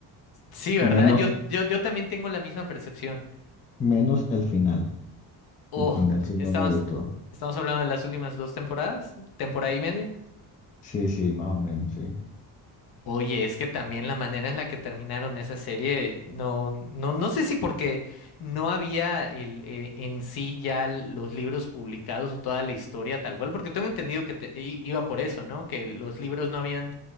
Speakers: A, on the left; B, on the left.
A: Sí, ¿verdad?
B: Menos,
A: Yo, yo, yo también tengo la misma percepción.
B: menos el final,
A: Oh,
B: que el final sí no
A: estamos,
B: me gustó.
A: estamos hablando de las últimas dos temporadas, temporada y media.
B: Sí, sí, más o menos, sí.
A: Oye, es que también la manera en la que terminaron esa serie, no, no, no sé si porque no había el, eh, en sí ya los libros publicados o toda la historia tal cual, porque tengo entendido que te- i- iba por eso, ¿no? Que los libros no habían